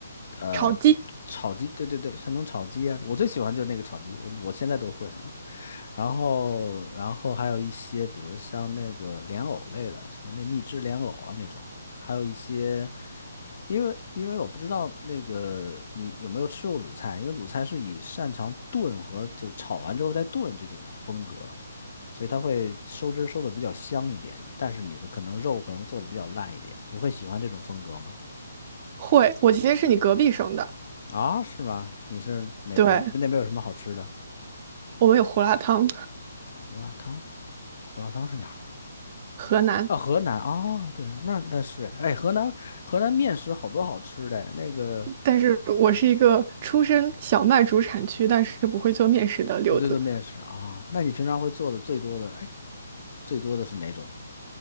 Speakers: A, on the left (about 50°); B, on the right (about 35°).
A: 呃
B: 炒鸡
A: 炒鸡，对对对，山东炒鸡啊，我最喜欢就那个炒鸡，我我现在都会呢。然后，然后还有一些，比如像那个莲藕类的，什么那蜜汁莲藕啊那种，还有一些，因为因为我不知道那个你有没有吃过鲁菜，因为鲁菜是以擅长炖和就是炒完之后再炖这种风格，所以它会收汁儿收的比较香一点，但是你的可能肉可能做的比较烂一点。你会喜欢这种风格吗？
B: 会，我其实是你隔壁省的，
A: 啊，是吗？你是哪边？
B: 对，
A: 你们那边有什么好吃的？
B: 我们有胡辣汤，
A: 胡辣汤，胡辣汤是哪儿啊？
B: 河南，
A: 啊，河南啊，对，那那是，哎，河南河南面食好多好吃的，那个
B: 但是我是一个出身小麦主产区，但是不会做面食的留子。
A: 不对的面食啊，那你平常会做的最多的，哎，最多的是哪种